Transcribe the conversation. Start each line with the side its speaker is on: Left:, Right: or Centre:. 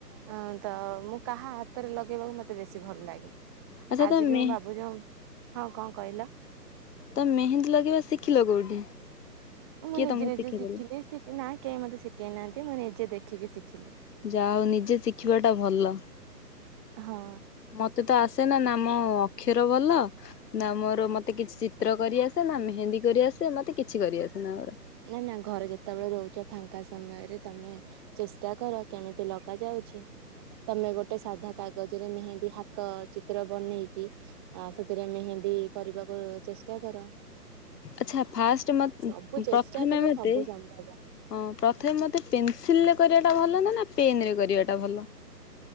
Right: ହଁ ତ ମୁଁ କାହା ହାତରେ ଲଗେଇବାକୁ ମତେ ବେଶୀ ଭଲ ଲାଗେ।
Left: ଆଚ୍ଛା
Right: ଆଜି
Left: ତମେ
Right: ବି ମୁଁ ଭାବୁଛୁମ୍ ହଁ କଣ କହିଲ?
Left: ତମେ ମେହେନ୍ଦୀ ଲଗେଇବା ଶିଖିଲ କୋଉଠି?
Right: ମୁଁ
Left: କିଏ
Right: ନିଜେ
Left: ତମକୁ
Right: ନିଜେ
Left: ଶିଖେଇଦେଲା?
Right: ଶିଖିଲି ଶି ନା କେହି ମୋତେ ଶିଖେଇ ନାହାନ୍ତି ମୁଁ ନିଜେ ଦେଖିକି ଶିଖିଲି
Left: ଯା ହଉ ନିଜେ ଶିଖିବାଟା ଭଲ।
Right: ହଁ
Left: ମତେ ତ ଆସ୍ ନା ନା ମୋ ଅକ୍ଷର ଭଲ ନା ମୋର ମତେ କିଛି ଚିତ୍ର କରିଆସେ ନା ମେ ହିନ୍ଦୀ କରିଆସେ ମତେ କିଛି କରି ଆସେ ନା।
Right: ନା ନା ଘରେ ଯେତେବେଳେ ରହୁଛ ଫାଙ୍କା ସମୟରେ ତମେ ଚେଷ୍ଟା କର କେମିତି ଲଗା ଯାଉଛି। ତମେ ଗୋଟେ ସାଧା କାଗଜରେ ମେହେନ୍ଦୀ ହାତ ଚିତ୍ର ବନେଇକି ସେଥିରେ ମେହେନ୍ଦୀ କରିବାକୁ ଚେଷ୍ଟା କର।
Left: ଆଚ୍ଛା ଫାଷ୍ଟ ମତେ
Right: ସବୁ
Left: ପ୍ର
Right: ଚେଷ୍ଟା
Left: ପ୍ରଥମେ
Right: କଲେ
Left: ମତେ
Right: ସବୁ ସମ୍ଭବ।
Left: ହଁ ପ୍ରଥମେ ମତେ ପେନସିଲରେ କ ଟା ଭଲ ନା ନା ପେନରେ କରିବାଟା ଭଲ